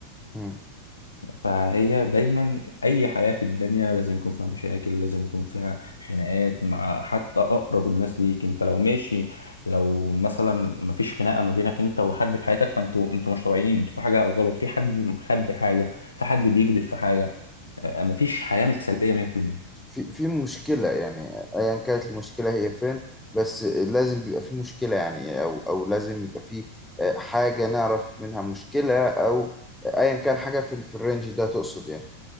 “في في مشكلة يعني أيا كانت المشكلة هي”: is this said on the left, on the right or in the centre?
Centre